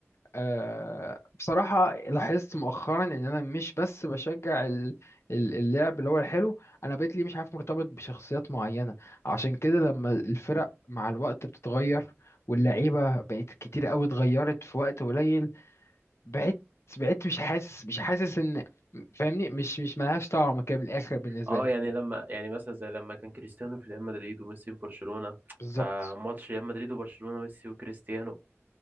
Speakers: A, on the left; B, on the right.
A: أه، بصراحة لاحظت مؤخرا إن أنا مش بس بشجع ال- ال- اللعب اللي هو الحلو أنا بقيت لي مش عارف مرتبط بشخصيات معينة عشان كده لما الفرق مع الوقت بتتغير واللعيبة بقت كتير قوي اتغيرت في وقت قليل بعدت بعدت مش حاسس مش حاسس ان فاهمني مش مش ملهاش طعم كده من الاخر بالنسبه
B: اه
A: لي
B: يعني لما يعني مثلا زي لما كان كريستيانو في ريال مدريد وميسي في برشلونة
A: بالظبط
B: فماتش ريال مدريد وبرشلونة ميسي وكريستيانو